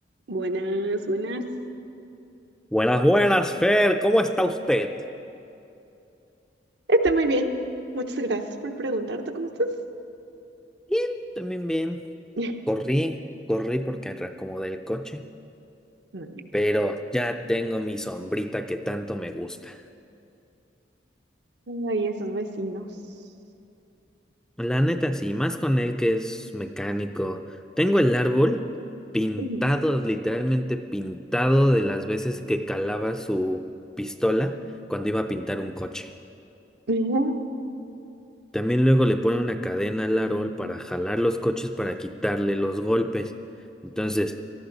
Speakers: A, on the right; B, in the centre.
A: Buenas, buenas.
B: Buenas, buenas, Fer, ¿cómo está usted?
A: Estoy muy bien. Muchas gracias por preguntar. ¿Tú cómo estás?
B: Bien, también bien.
A: <laughs>
B: Corrí, corrí porque reacomodé el coche,
A: Mm,
B: pero ya tengo mi sombrita que tanto me gusta.
A: Ay, esos vecinos.
B: La neta, sí, más con él que es mecánico. Tengo el árbol pintado,
A: ujú.
B: literalmente pintado de las veces que calaba su pistola cuando iba a pintar un coche.
A: Ujú,
B: También luego le pone una cadena al árbol para jalar los coches para quitarle los golpes. Entonces...